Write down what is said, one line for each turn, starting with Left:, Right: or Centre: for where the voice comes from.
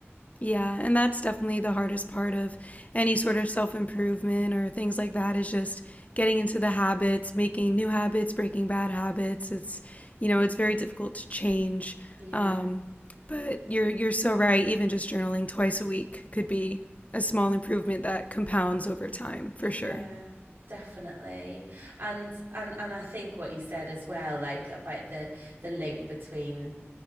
Left: Yeah, and that's definitely the hardest part of any sort of self improvement or things like that is just getting into the habits, making new habits, breaking bad habits. It's, you know, it's very difficult to change.
Right: Yeah.
Left: Um, but you're you're so right. Even just journaling twice a week could be a small improvement that compounds over time, for
Right: Yeah
Left: sure.
Right: definitely and and and i think what you said as well like about the the link between